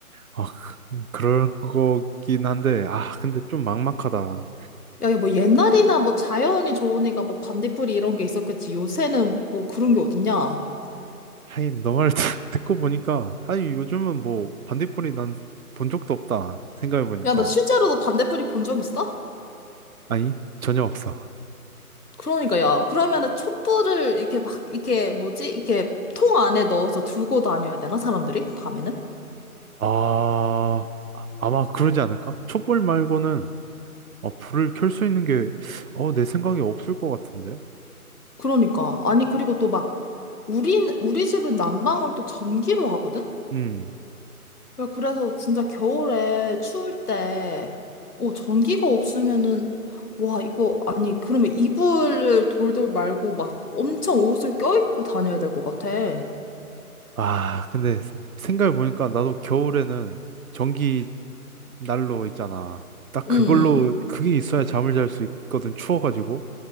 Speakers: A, on the right (about 65°); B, on the left (about 85°).
A: 아, 그- 그럴 거긴 한데, 아, 근데 좀 막막하다.
B: 야, 야, 뭐 옛날이나 뭐 자연이 좋으니까 뭐 반딧불이 이런 게 있었겠지. 요새는 뭐 그런 게 어딨냐.
A: 하긴, 너말 <laughs> 듣고 보니까, 하긴 요즘은 뭐 반딧불이 난 본 적도 없다. 생각해 보니까.
B: 야, 나 실제로도 반딧불이 본 적 있어?
A: 아니, 전혀 없어.
B: 그러니까 야, 그러면은 촛불을 이렇게 막, 이렇게 뭐지? 이렇게 통 안에 넣어서 들고 다녀야 되나? 사람들이? 밤에는?
A: 아, 아- 아마 그러지 않을까? 촛불 말고는 어, 불을 켤 수 있는 게, 어, 내 생각에 없을 것 같은데?
B: 그러니까. 아니, 그리고 또 막, 우리 우리 집은 난방을 또 전기로 하거든?
A: 음.
B: 야, 그래서 진짜 겨울에 추울 때, 어, 전기가 없으면은, 와, 이거, 아니, 그러면 이불을 돌돌 말고 막 엄청 옷을 껴입고 다녀야 될 것 같아. 응,
A: 아, 근데 생각해보니까 나도 겨울에는 전기 난로 있잖아. 딱 그걸로,
B: 응.
A: 그게 있어야 잠을 잘 수 있거든, 추워가지고.